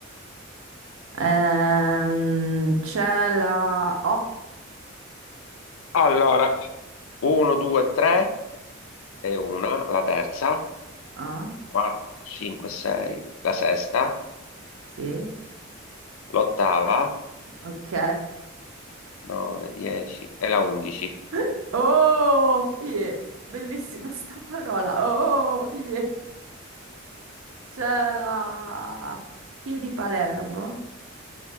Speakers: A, on the right; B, on the left.
A: Ehm, c'è la O.
B: Allora, 1, 2, 3 e una, la terza,
A: Ah,
B: 4, 5, 6, la sesta,
A: sì,
B: l'ottava,
A: ok.
B: 9, 10 e la 11.
A: <laughs> Oh, yeah. Bellissima sta parola. Oh, yeah. C'è la P di Palermo,